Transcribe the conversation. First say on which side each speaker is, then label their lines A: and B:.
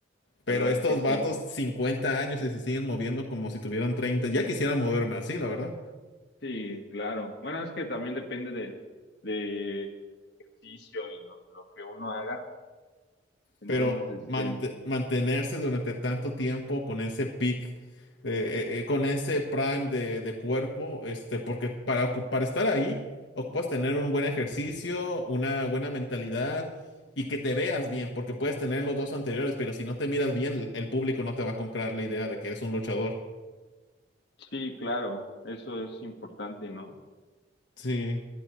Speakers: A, on the left; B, on the left.
A: Pero
B: la verdad
A: estos
B: que sí.
A: vatos, 50 años y se siguen moviendo como si tuvieran treinta Ya quisiera moverme así, la verdad.
B: Sí, claro. Bueno, es que también depende de, de del ejercicio y lo, lo que uno haga. Entonces,
A: Pero
B: este,
A: mante- mantenerse durante tanto tiempo con ese peak, eh, eh, eh, con ese prime de, de cuerpo, este, porque para, ocu- para estar ahí, ocupas tener un buen ejercicio, una buena mentalidad y que te veas bien, porque puedes tener los dos anteriores, pero si no te miras bien, el público no te va a comprar la idea de que eres un luchador.
B: sí, claro, eso es importante, ¿no?
A: Sí.